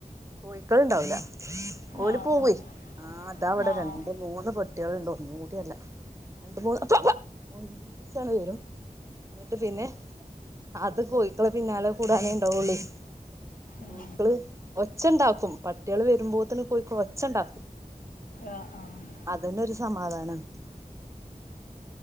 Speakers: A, on the right; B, on the left.
A: കോയ്ക്കള്ണ്ടാവൂല്ല ഓല്
B: ആഹ്
A: പോവേയ്‌ ആ ഇതാ ഇവടെ
B: ആഹ് ആഹ്
A: രണ്ട് മൂന്ന് പട്ട്യേള്ണ്ട് ഒന്നും കൂടിയല്ല രണ്ട് മൂന്ന് ഒന്നിച്ചാണ് വരും ഇന്നിട്ട് പിന്നെ അത് കോയ്ക്കളെ പിന്നാലെ കൂടാനേ ഇണ്ടാവുള്ളെയ്
B: ഉം
A: കോയ്ക്കള് ഒച്ച ഇണ്ടാക്കും പട്ട്യേള് വരുമ്പോത്തന് കോയ്ക്ക ഒച്ച ഇണ്ടാക്കും
B: ആഹ് ആഹ്
A: അതന്നൊരു സമാധാനാ